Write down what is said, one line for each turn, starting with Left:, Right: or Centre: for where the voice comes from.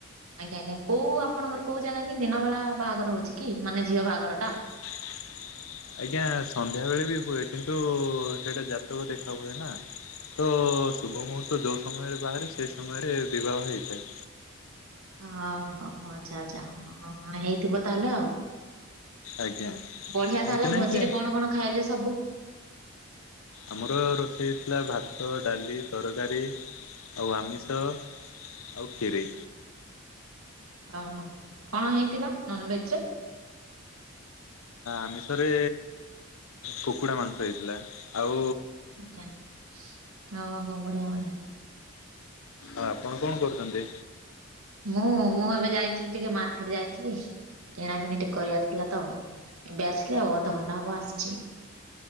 Right: ଆଜ୍ଞା ଆଜ୍ଞା। କୋଉ ଆପଣଙ୍କର କୋଉ ଜାଗାକି ଦିନବେଳା ବାହାଘର ହଉଛିକି ମାନେ ଝିଅ ବାହାଘରଟା?
Left: <unintelligible> ଆଜ୍ଞା ସନ୍ଧ୍ୟାବେଳେ ବି ହୁଏ କିନ୍ତୁ ସେଇଟା ଜାତକ ଦେଖାହୁଏ ନା। ତ ଶୁଭମୁହୂର୍ତ୍ତ ଯୋଉ ସମୟରେ ବାହାରେ ସେ ସମୟରେ ବିବାହ ହେଇଥାଏ।
Right: ହଁ ହଁ ହଉ ଆଚ୍ଛା ଆଚ୍ଛା ହଁଁ ହେଇଥିବ ତାହାଲେ ଆଉ।
Left: ଆଜ୍ଞା।
Right: ବଢିଆ
Left: ଏମିତି
Right: ତାହେଲେ
Left: ନାହିଁ
Right: ଭୋଜିରେ
Left: କି
Right: କଣ କଣ ଖାଇଲେ ସବୁ?
Left: ଆମର ରୋଷେଇ ଥିଲା ଭାତ ଡାଲି ତରକାରୀ ଆଉ ଆମିଷ ଆଉ ଖିରି।
Right: ଓହୋ କଣ ହେଇଥିଲା ନନଭେଜରେ?
Left: ଆମିଷରେ କୁକୁଡ଼ାମାଂସ ହେଇଥିଲା ଆଉ
Right: ଆଜ୍ଞା। ଓହୋ ବଢିଆ ବଢିଆ।
Left: ଆଉ ଆପଣ କଣ କରୁଛନ୍ତି?
Right: ମୁଁ ମୁଁ ଏବେ ଯାଇଥିଲି ଟିକେ ମାର୍କେଟ ଯାଇଥିଲି। କିଣାକିଣି ଟି କରିଆର ଥିଲା ତ ଏବେ ଆସିଲି ଆଉ ଅଧଘଣ୍ଟା ହବ ଆସିଛି।